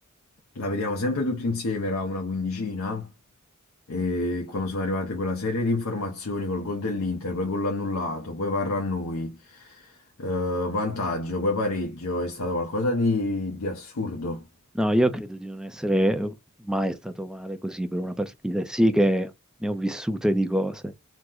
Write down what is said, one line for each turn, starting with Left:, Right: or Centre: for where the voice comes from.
Left: la vediamo sempre tutti insieme, era una quindicina, e quando sono arrivate quella serie di informazioni col gol dell'Inter, poi gol annullato, poi VAR a noi, eh, vantaggio, poi pareggio, è stato qualcosa di, di assurdo.
Centre: No, io credo di non essere mai stato male così per una partita. E Sì che ne ho vissute di cose,